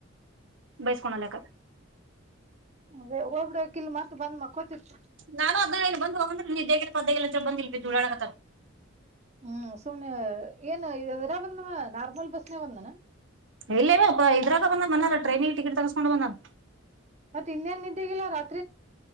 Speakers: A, on the right (about 70°); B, on the right (about 35°).
A: ಬಯಸ್ಕನಲ್ಲಕ್ಕ.
B: ಅದೇ ಹೋಗಬಡಕ್ ಇಲ್ ಮತ್ ಬಂದ್ಕ್ಕತಿರ್ತ.
A: ನಾನು ಅದ್ನ ಹೇಳಿದ್ನಿ ಬಂದ್ ಹೋಗಂದ್ರೆ ನಿದೇಗ ಇಲ್ಲ ಪದ್ದೆ ಇಲ್ಲ ಬಂದಿಲ್ಲ ಉಳ್ಳಾಡಕತ್ತವೆ.
B: ಹ್ಮ್ ಸುಮ್ನೆ ಏನು ಇದರ ಬಂದವ ನಾರ್ಮಲ್ ಬಸ್ನ ಬಂದನ.
A: ಇಲ್ಲೇವ ಇದ್ರಾಗ ಬಂದ ಬಂದಾರ ಟ್ರೈನಿಗೆ ಟಿಕೆಟ್ ತಗಸ್ಕೊಂಡು ಬಂದನ್.
B: ಮತ್ತ ಇನ್ನೇನ್ ನಿದ್ದೆಗಿಲ್ಲ ರಾತ್